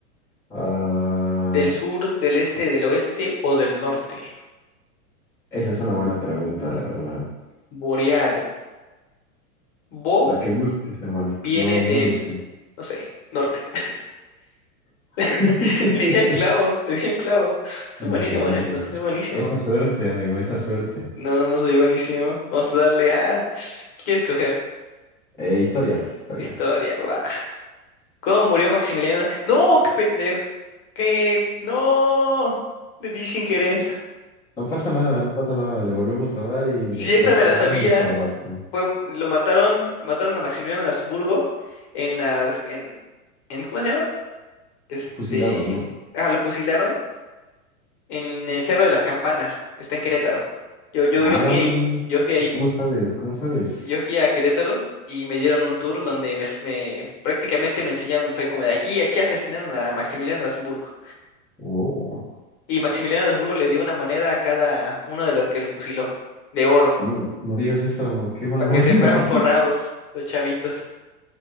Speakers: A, in the centre; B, on the left.
A: Ah,
B: ¿Del sur, del este, del oeste o del norte?
A: esa es una buena pregunta, la verdad.
B: Boreal. Bo
A: La que gustes, hermano.
B: viene
A: No, no
B: del,
A: lo sé.
B: no sé, norte.
A: <laughs>
B: <laughs> Le di el clavo, le di el clavo. Soy
A: Excelente.
B: buenísimo en esto, soy buenísimo.
A: Esa suerte, amigo, esa suerte.
B: No, no soy buenísimo. Vamos a darle a... ¿Qué quieres coger?
A: Eh, historia, historia.
B: Historia, va. ¿Cómo murió Maximiliano? No, qué pendejo. ¿Qué? No. Le di sin querer.
A: No pasa nada, no pasa nada. Le volvemos a dar y
B: Si esta
A: recuperamos
B: me la sabía,
A: nuestra racha.
B: fue, lo mataron, mataron a Maximiliano de Habsburgo en las, en, en, ¿cómo se llama? Este,
A: Fusilado, ¿no?
B: ah, lo fusilaron en el Cerro de las Campanas, está en Querétaro. Yo, yo,
A: Ah,
B: yo fui ahí, yo fui ahí,
A: ¿cómo sabes? ¿Cómo sabes?
B: yo fui a Querétaro y me dieron un tour donde me, me- prácticamente me enseñaron, fue como de aquí, aquí asesinaron a Maximiliano de Habsburgo.
A: Oh,
B: Y Maximiliano de Habsburgo le dio una moneda a cada uno de los que lo fusiló, de oro,
A: no, no digas eso, qué mala
B: para que
A: onda.
B: se fueran forrados los chavitos.